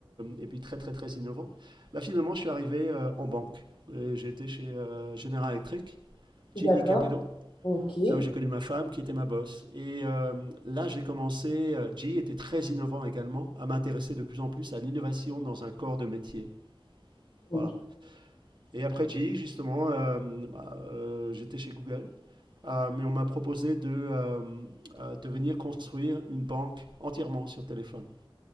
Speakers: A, on the right; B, on the left.
A: et puis très très très innovant. Bah, finalement je suis arrivé euh, en banque. Et J'ai été chez euh, General Electric,
B: D'accord.
A: GE Capital,
B: Ok.
A: là où j'ai connu ma femme, qui était ma boss. Et euh, là, j'ai commencé, euh, G était très innovant également, à m'intéresser de plus en plus à l'innovation dans un corps de métier.
B: Ok.
A: Voilà. Et après G, justement, euh, bah, euh, j'étais chez Google, euh, mais on m'a proposé de, euh, euh, de venir construire une banque entièrement sur téléphone.